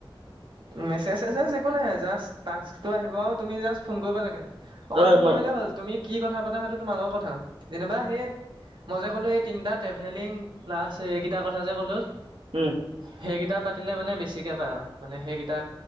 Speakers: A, on the right; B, on the right.
A: মেছেজ চেছেজ একো নাই তাকছটো আহিব তুমি জাষ্ট ফোন কৰিবা লাগে অকল
B: অ
A: ফোন
B: মা-
A: কৰিলে হল তুমি কি কথা পাতা সেইটো তোমাৰ লগৰ কথা যেনিবা সেই মই যে ক'লো এই তিনিটা ট্ৰেভেলিং প্লাছ এইকেইটা কথা যে ক'লো
B: উম
A: সেইকেইটা পাতিলে মানে বেছিকৈ পায় আৰু মানে সেইকেইটা